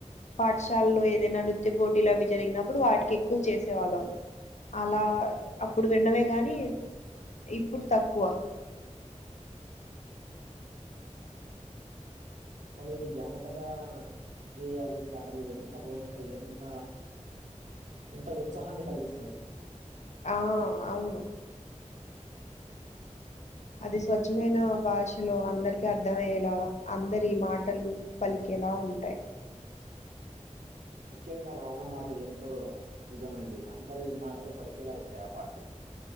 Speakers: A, on the left; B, on the right.
A: పాఠశాలలో ఏదైనా నృత్య పోటీలు అవి జరిగినప్పుడు వాటికి ఎక్కువ చేసేవాళ్ళం అలా అప్పుడు విన్నవే గాని ఇప్పుడు తక్కువ
B: కానీ జానపద గేయాలు పాటలు ఎంత బాగుంటాయి ఎంత ఎంత ఉత్సాహాన్ని కలిగిస్తాయి
A: ఆ అవును అది స్వచ్ఛమైన భాషలో అందరికి అర్థమయ్యేలా అందరి మాటలు పలికేలా ఉంటాయి
B: ముఖ్యంగా నువ్వు అన్నమాట ఎంతో నిజమైంది అందరి మాటలు పలికేలా ఉంటాయి ఆ పాటలో